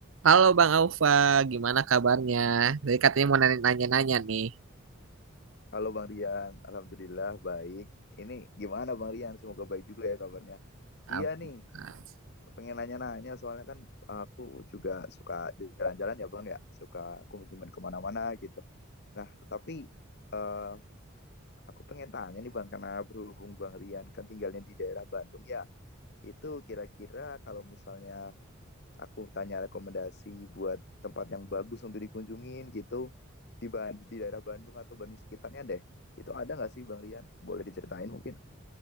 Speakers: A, on the right (about 70°); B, on the left (about 50°).
A: Halo Bang Aufa, gimana kabarnya? Tadi katanya mau nanya- nanya-nanya nih.
B: Halo Bang Rian, Alhamdulillah baik. Ini gimana Bang Rian? Semoga baik juga ya kabarnya.
A: Am-
B: Iya nih,
A: am.
B: pengen nanya-nanya soalnya kan aku juga suka jalan-jalan ya Bang ya, suka kunjungan kemana-mana gitu. Nah, tapi eh, aku pengen tanya nih Bang, karena berhubung Bang Rian kan tinggalnya di daerah Bandung ya, itu kira-kira kalau misalnya aku tanya rekomendasi buat tempat yang bagus untuk dikunjungin gitu di Ban di daerah Bandung atau Bandung sekitarnya deh. Itu ada nggak sih Bang Rian? Boleh diceritain mungkin?